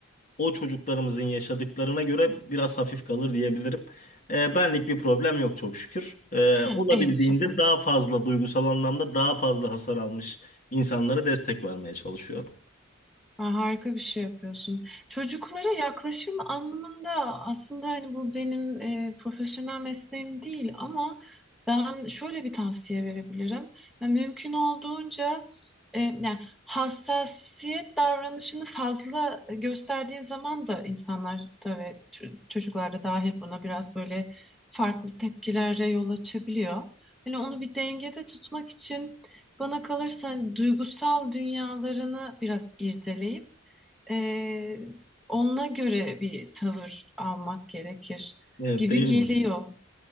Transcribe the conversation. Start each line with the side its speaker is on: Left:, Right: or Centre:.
Left: o çocuklarımızın yaşadıklarına göre biraz hafif kalır diyebilirim. Ee, benlik bir problem yok çok şükür. Ee,
Centre: Ha,
Left: olabildiğince
Centre: iyi süper.
Left: daha fazla duygusal anlamda daha fazla hasar almış insanlara destek vermeye çalışıyorum.
Centre: Ha, harika bir şey yapıyorsun. Çocuklara yaklaşım anlamında aslında hani bu benim e, profesyonel mesleğim değil ama ben şöyle bir tavsiye verebilirim. Yani mümkün olduğunca e, yani hassasiyet davranışını fazla e, gösterdiğin zaman da insanlar da ve ç- çocuklar da dahil buna biraz böyle farklı tepkilere yol açabiliyor. Yani onu bir dengede tutmak için bana kalırsa hani, duygusal dünyalarını biraz irdeleyip eee onunla göre bir tavır almak gerekir
Left: Evet,
Centre: gibi
Left: değil
Centre: geliyor.
Left: mi?